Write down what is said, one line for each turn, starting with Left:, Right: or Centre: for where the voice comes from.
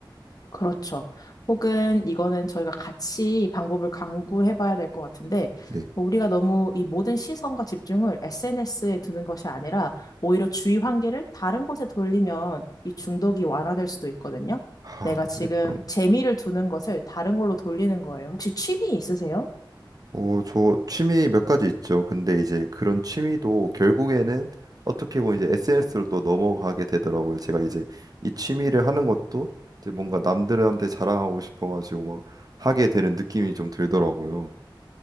Left: 그렇죠. 혹은 이거는 저희가 같이 방법을 강구해 봐야 될 것 같은데,
Right: 네.
Left: 뭐 우리가 너무 이 모든 시선과 집중을 SNS에 두는 것이 아니라, 오히려 주의 환기를 다른 곳에 돌리면 이 중독이 완화될 수도 있거든요.
Right: 하,
Left: 내가 지금
Right: 네 그럼.
Left: 재미를 두는 것을 다른 걸로 돌리는 거예요. 혹시 취미 있으세요?
Right: 어, 저 취미 몇 가지 있죠. 근데 이제 그런 취미도 결국에는 어떻게 보면 이제 SNS로 또 넘어가게 되더라고요. 제가 이제 이 취미를 하는 것도 이제 뭔가 남들한테 자랑하고 싶어가지고 막 하게 되는 느낌이 좀 들더라고요.